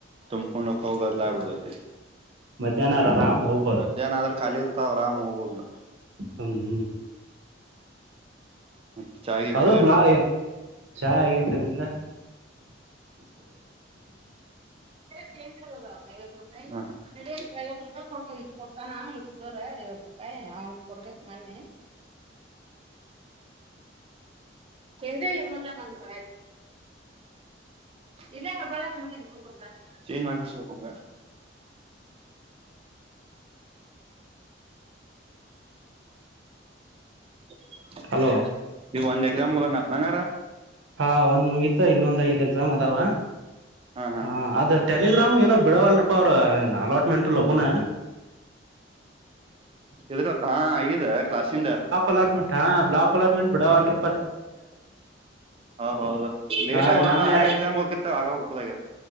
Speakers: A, on the right; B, on the right.
A: ತುಂಬಕೊಂಡ ಹೊಕ್ಕವ್ ಗದ್ಲಾಗಿ ಬಿಡುತೈತಿ
B: ಮಧ್ಯಾಹ್ನ ಆರಾಮ್ ಹೋಗ್ಬೋದು
A: ಮಧ್ಯಾಹ್ನ ಆದ್ರ ಖಾಲಿ ಇರ್ತಾವ್ರಾ ಆರಾಮ್ ಹೋಗಬೋದ.
B: ಹ್ಮ್
A: ಮತ್ತೆ ಚಾ ಗಿ
B: ಅದು
A: ಕುಡ್ದಿಲ್ಲ.
B: ಬ್ಲಾ ಚಾ ಆಗೇತ ನಿಂದ.
A: ಕೇ ಐವತ್ ರೂಪಾಯಿ ಐವತ್ ರೂಪಾಯಿ ಕೊಡ್ಬೇಕ ಇ ಕೊಡ್ತಾನ ಇ ಸರ್ ಐವತ್ತು ರೂಪಾಯಿ ಅವನ್ ಕೊಡ್ಬೇಕಕ್ ಮೊನ್ನೆ ಎಲ್ಲ ನ ಇದ ಬಳ ನ್ ಮಾಡಕ ಸಕಂಗ <inaudible>
B: ಅಲ್ವ
A: ಇವು ಒಂದೇ ಇರ ಮುಲ ನಾತನಾಂಗಾರ
B: ಹಾ ಒಂದ್ ಮುಗೀತು ಇನ್ನೊಂದ್ ಐದ್ ಎಕ್ಸಾಮ್ ಅದಾವ
A: ಹಾ ಹಾ
B: ಹ ಅದ ಟೆಲಿಗ್ರಾಮ್ ಏನೋ ಬಿಡವಲ್ರಪ್ಪ ಅವ್ರ ನಲವತ್ತು ಡಃಳಝಮೀಟರ್ ಒಬ್ಬನೇ
A: ಎದುರಲ್ಲ ಹಾ ಈಗದ ಕ್ಲಾಸಿಂದ
B: ಅಲಾಟ್ಮೆಂಟ್ ಹಾ ಬ್ಲಾಕ್ಲಾಟ್ಮೆಂಟ್ ಬಿಡಾವಲ್ರಿ
A: ಹೌದ ಹೌದು ಲೇಟ್
B: ಹಾ
A: ಆಗ್ಬಡತ
B: ನಾನು
A: ಆಗ
B: ಯಾಕ
A: ಎಕ್ಸಾಮ್ ಹೋಗಿರ್ತವೆ ಆಗ ಹುಡ್ಕುದಾಗ